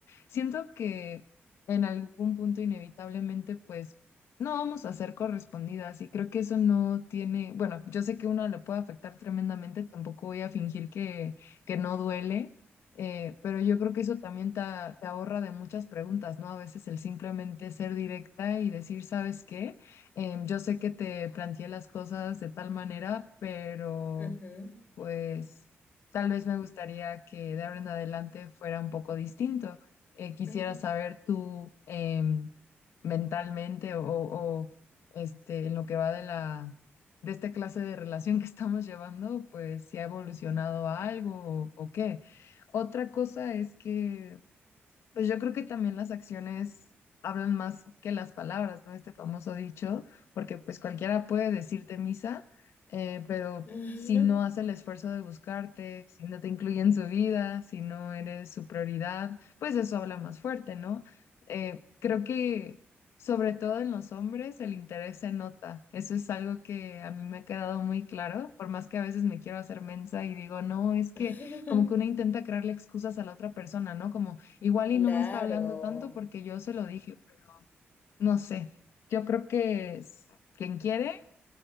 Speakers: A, on the left; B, on the left.
A: Siento que en algún punto inevitablemente, pues, no vamos a ser correspondidas y creo que eso no tiene, bueno, yo sé que uno le puede afectar tremendamente, tampoco voy a fingir que, que no duele, eh, pero yo creo que eso también te, a- te ahorra de muchas preguntas, ¿no? A veces el simplemente ser directa y decir, ¿sabes qué? Em, yo sé que te planteé las cosas de tal manera, pero
B: Ujú,
A: pues tal vez me gustaría que de ahora en adelante fuera un poco distinto. Eh, quisiera
B: <laughs> ujú,
A: saber tú em, mentalmente o, o, este, en lo que va de la, de esta clase de relación que <laughs> estamos llevando, pues si ha evolucionado a algo o, o qué. Otra cosa es que pues yo creo que también las acciones hablan más que las palabras, ¿no? Este famoso dicho, porque pues cualquiera puede decirte misa, eh, pero
B: ujú.
A: si no hace el esfuerzo de buscarte, si no te incluye en su vida, si no eres su prioridad, pues eso habla más fuerte, ¿no? Eh, creo que sobre todo en los hombres el interés se nota. Eso es algo que a mí me ha quedado muy claro, por más que a veces me quiero hacer mensa y digo, no, es que
B: ujú.
A: como que uno intenta crearle excusas a la otra persona, ¿no? Como Igual
B: Claro,
A: y no me está hablando tanto porque yo se lo dije, pero no sé. Yo creo que es- quien quiere